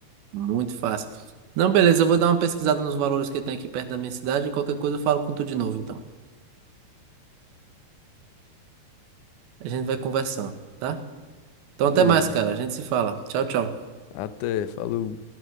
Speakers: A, on the right; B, on the left.
A: Muito fácil. Não, beleza, eu vou dar uma pesquisada nos valores que tem aqui perto da minha cidade e qualquer coisa eu falo com tu de novo, então. A gente vai conversando, tá? Então
B: Beleza.
A: até mais, cara. A gente se fala. Tchau, tchau.
B: Até, falou.